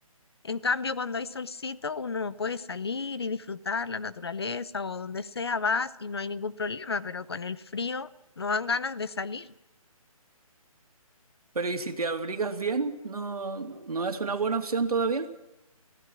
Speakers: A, on the left; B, on the right.
A: En cambio, cuando hay solcito, uno puede salir y disfrutar la naturaleza o donde sea vas y no hay ningún problema, pero con el frío no dan ganas de salir.
B: Pero ¿y si te abrigas bien? ¿No, no es una buena opción todavía?